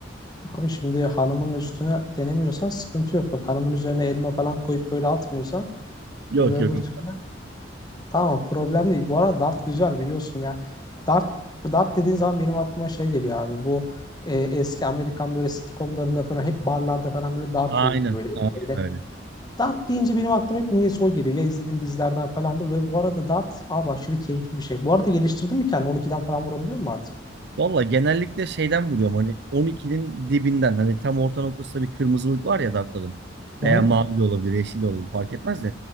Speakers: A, on the left; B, on the right.
A: Abi şimdi hanımın üstüne denemiyorsan sıkıntı yok. Bak hanımın üzerine elma falan koyup böyle atmıyorsan şimdi
B: Yok
A: öbür
B: yok. yok.
A: türlü tamam problem değil. Bu arada dart güzel biliyorsun ya. Dart dart dediğin zaman benim aklıma şey geliyor abi. Bu e, eski Amerikan böyle sitcomlarında falan hep barlarda falan böyle dart
B: Aynen.
A: olurdu böyle.
B: Aynen
A: böyle.
B: öyle.
A: Dart deyince benim aklıma hep niyeyse o geliyor. Ya izlediğim dizilerden falandı ve bu arada dart abi aşırı keyifli bir şey. Bu arada geliştirdin mi kendini? 12'den falan vurabiliyor musun artık?
B: Valla genellikle şeyden vuruyorum hani 12'nin dibinden hani tam orta noktasında bir kırmızılık var ya dartların veya
A: Hı hı.
B: mavi de olabilir yeşil de olabilir fark etmez de